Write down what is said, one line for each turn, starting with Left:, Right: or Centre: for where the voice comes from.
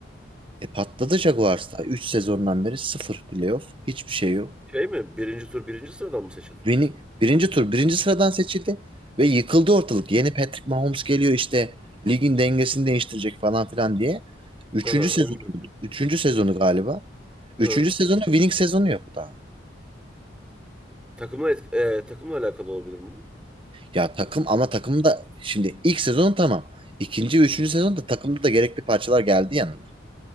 Right: E patladı Jaguars'ta. 3 sezondan beri sıfır playoff. Hiçbir şey yok.
Centre: Şey mi? Birinci tur birinci sıradan mı seçildi?
Right: Beni, birinci tur birinci sıradan seçildi ve yıkıldı ortalık. Yeni Patrick Mahomes geliyor işte ligin dengesini değiştirecek falan filan diye. Üçüncü
Centre: Aha,
Right: sezonu,
Centre: oyun kurucu.
Right: üçüncü sezonu galiba.
Centre: Ha.
Right: Üçüncü sezonu winning sezonu yok daha.
Centre: Takımla etk- e, takımla alakalı olabilir mi? bu?
Right: Ya takım ama takım da şimdi ilk sezon tamam. İkinci ve üçüncü sezonda takımda da gerekli parçalar geldi yanına.